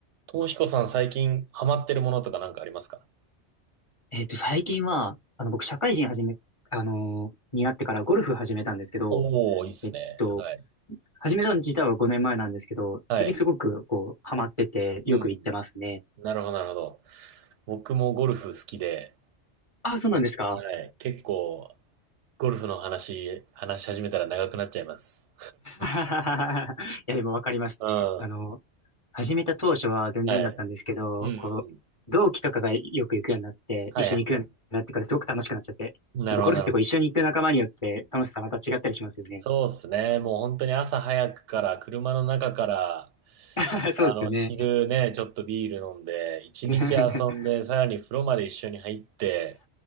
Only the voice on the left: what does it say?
えっと、最近は、あの、僕、社会人始め、あのーになってからゴルフ始めたんですけど、
えっと、
始めたの自体は5年前なんですけど、
最近すごく、こう、ハマってて、
よく行ってますね。
ああ、そうなんですか
<laughs> いや、でもわかります。
あの、始めた当初は全然だったんですけど、
こう、同期とかがよく行くようになって、
一緒に行くようになってからすごく楽しくなっちゃって。
やっぱゴルフってこう一緒に行く仲間によって楽しさまた違ったりしますよね。
<laughs> そうですよね。
<laughs>